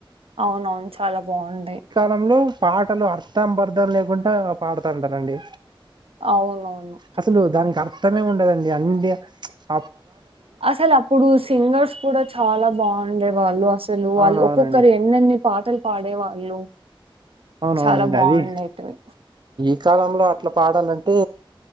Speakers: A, on the right; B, on the right.
A: అవునవును చాలా బావుంటాయి.
B: లంలో పాటలు అర్థం పర్ధం లేకుండా పాడతంటరండి
A: అవునవును
B: అసలు దానికి అర్థమే ఉండదండి అన్నీ ప్చ్
A: అసలు అప్పుడు సింగర్స్ కూడా చాలా బావుండేవాళ్ళు అసలు వాళ్ళు
B: అవునవునండి
A: ఒక్కొక్కరు ఎన్నెన్ని పాటలు పాడే వాళ్ళు
B: అవునవునండి
A: చాలా బాగుండేటివి
B: అది ఈ కాలంలో అట్లా పాడాలంటే